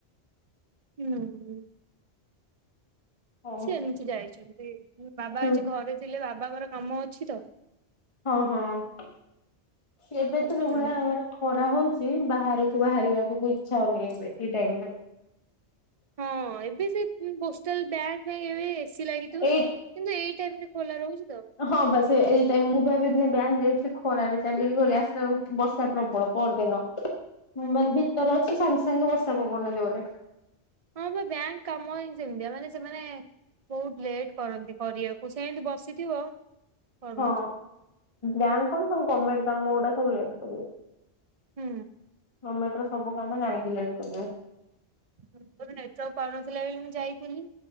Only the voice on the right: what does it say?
ହୁଁ, ହୁଁ।
ସେ ଏମିତି ଯାଇଚନ୍ତି। ବାବା
ଆଜି ଘରେ ଥିଲେ, ବାବାଙ୍କର କାମ ଅଛି ତ!
ହୁଁ।
ହଁ। ଏବେ ସେଇ ପୋଷ୍ଟାଲ୍ ବ୍ୟାଙ୍କ୍ ପାଇଁ ଏବେ ଏ ସି ଲାଗିଥିବ,
କିନ୍ତୁ ଏଇ ଟାଇମ୍ ରେ ଖୋଲା ରହୁଛି ତ!
ହୁଁ।
ହଁ, ବା ବ୍ୟାଙ୍କ୍ କାମ ଇଁ ସେମିତିଆ, ମାନେ ସେମାନେ ବହୁତ ଲେଟ୍ କରନ୍ତି କରିଆକୁ। ସେଁତି ବସିଥିବ କରୁନଥିବେ।
ହୁଁ।
<unintelligible> ମୋର ନେଟୱାର୍କ ପାଉ ନଥିଲା ବୋଲି ମୁଁ ଯାଇଥିଲି।